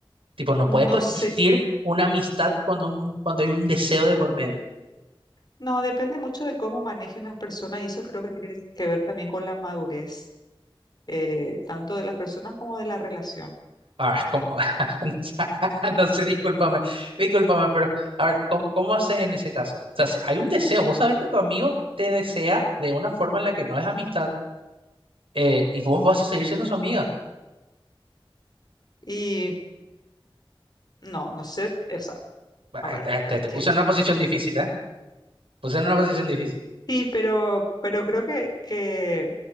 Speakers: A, on the right; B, on the left.
A: Tipo, no puede coexistir
B: No sé, s-
A: una amistad cuando, un- cuando hay un deseo de por medio.
B: no, depende mucho de cómo manejen las personas y eso creo que tiene que ver también con la madurez, eh, tanto de las personas como de la relación.
A: Ahora, ¿cómo? <laughs> No sé, discúlpame, discúlpame, pero a ver, ¿cómo, cómo haces en ese caso? O sea, si hay un deseo, vos sabés que tu amigo te desea de una forma en la que no es amistad eh, y vos vas a seguir siendo su amiga.
B: Y No, no sé, o sea,
A: Ah,
B: a ver,
A: Te, te-
B: hay
A: te
B: que...
A: puse en una posición difícil, ¿eh? Pues en una posición difícil.
B: Sí, pero, pero creo que, que